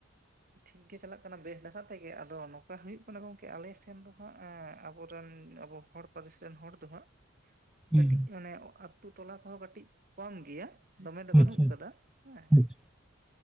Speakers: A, on the right; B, in the centre.
A: ᱴᱷᱤᱠ ᱜᱮ ᱪᱟᱞᱟᱜ ᱠᱟᱱᱟ ᱵᱮᱥ ᱞᱮᱠᱟ ᱛᱮᱜᱮ ᱟᱫᱚ ᱱᱚᱝᱠᱟ ᱦᱩᱭᱩᱜ ᱠᱟᱱᱟ ᱜᱚᱝᱠᱮ ᱟᱞᱮ ᱥᱮᱱ ᱫᱚ ᱦᱟᱸᱜ ᱟᱵᱚ ᱨᱮᱱ ᱟᱵᱚ ᱦᱚᱲ ᱯᱹᱟᱨᱤᱥ ᱨᱮᱱ ᱦᱚᱲ ᱫᱚ ᱦᱟᱜ
B: ᱦᱩᱸ
A: ᱠᱟᱹᱴᱤᱡ ᱢᱟᱱᱮ ᱟᱛᱳ ᱴᱚᱞᱟ ᱠᱚᱦᱚᱸ ᱠᱟᱹᱴᱤᱡ ᱠᱚᱢ ᱜᱮᱭᱟ ᱫᱚᱢᱮ ᱫᱚ ᱵᱟᱹᱱᱩᱜ
B: ᱟᱪᱪᱷᱟ
A: ᱠᱟᱫᱟ ᱦᱮᱸ
B: ᱟᱪᱪᱷᱟ